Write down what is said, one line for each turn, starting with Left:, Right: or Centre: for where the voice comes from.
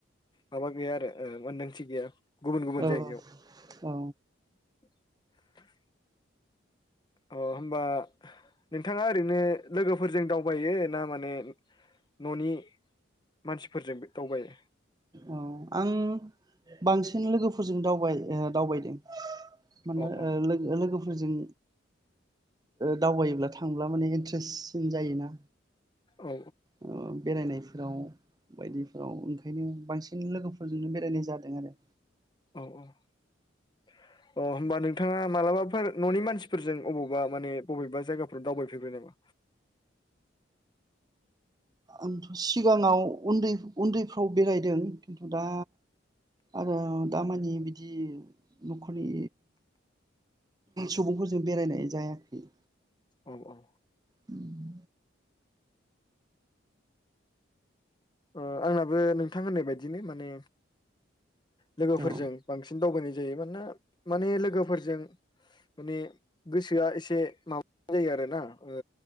Left: माबा गैया आरो ओ मोनदांथि गैया गुबुन गुबुन
Right: औ
Left: जायगायाव
Right: औ।
Left: <unintelligible> अ होमबा नोंथाङा ओरैनो लोगोफोरजों दावबायो ना माने न'नि मानसिफोरजोंबो दावबायो?
Right: औ आं बांसिन लोगोफोरजों दाव दावबायदों! माने
Left: अ अ
Right: ओ लोगो लोगो फोरजों दावबायोब्ला थांब्ला माने इन्ट्रेससिन जायोना
Left: औ
Right: अ बेरायनाय फोराव बायदिफोराव ओंखायनो बांसिन बिनो लोगोफोरजोंनो बेरायनाय जादों आरो।
Left: औ औ अ। होमबा नोंथाङा मालाबाफोर न'नि मानसिफोरजों अबावबा माने बबेबा जायगाफोराव दावबायफेरबाय नामा?
Right: आंथ सिगाङाव उन्दै उन्दैफ्राव बेरायदों खिन्थु दा आरो दामानि बिदि नखरनि सुबुंफोरजों बेरायनाय जायाखै।
Left: औ औ।
Right: उम।
Left: ओ आंनाबो नोंथां होननाय बायदिनो माने लोगोफोरजों
Right: औ
Left: बांसिन दावबायनाय जायो। मानोना‌ माने लोगोफोरजों माने गोसोआ एसे जायो आरो ना ओ।